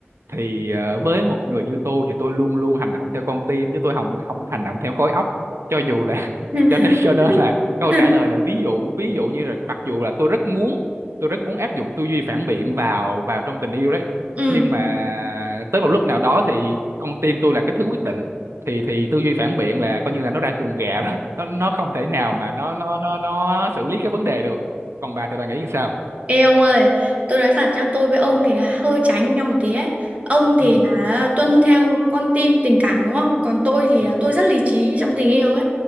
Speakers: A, on the right; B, on the right.
A: thì ờ, với một người như tôi thì tôi luôn luôn hành động theo con tim chứ tôi không không hành động theo khối óc cho dù là <laughs>
B: Ừ. <laughs>
A: cho nên cho nên là câu trả lời là ví dụ ví dụ như là mặc dù là tôi rất muốn tôi rất muốn áp dụng tư duy phản biện vào vào trong tình yêu đấy
B: Ừ.
A: nhưng mà tới một lúc nào đó thì con tim tôi là cái thứ quyết định thì thì tư duy phản biện là coi như là nó ra chuồng gà <laughs> rồi nó nó không thể nào mà nó nó nó nó xử lý cái vấn đề được còn bà thì bà nghĩ sao
B: Ê ông ơi, tôi nói thật nhá, tôi với ông thì là hơi tránh nhau một tí ấy. Ông thì
A: ừ
B: là tuân theo con tim tình cảm đúng không? Còn tôi thì
A: Ừ.
B: là tôi rất lý trí trong tình yêu ấy.